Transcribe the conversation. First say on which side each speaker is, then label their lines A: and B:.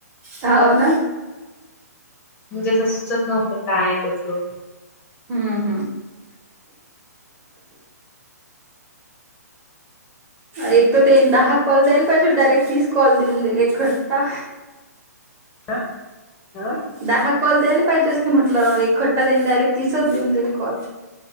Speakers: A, on the right; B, on the left.
A: हाव ना.
B: म्हणजे असं सुचत नव्हतं काय, कसं?
A: हम्म हम्. एक तर ते दहा कॉल द्यायल पाहिजे डायरेक्ट तीस कॉल देईल एकखट्टा.
B: हां, हां.
A: दहा काॅ कॉल द्यायला पाहिजे असते म्हटलं एकखट्टा त्यांनी डायरेक्ट तीसच देऊन दिले कॉल.